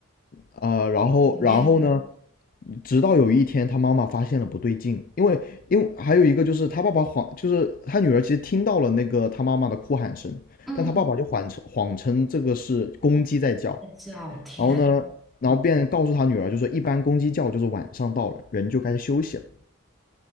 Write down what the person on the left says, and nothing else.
啊呃，然后然后呢，
直到有一天他妈妈发现了不对劲，因为因为还有一个就是他爸爸谎，就是他女儿其实听到了那个他妈妈的哭喊声，
但他爸爸就谎称谎称这个是公鸡在叫，
然后呢，然后便告诉他女儿就说一般公鸡叫就是晚上到了，人就该休息了。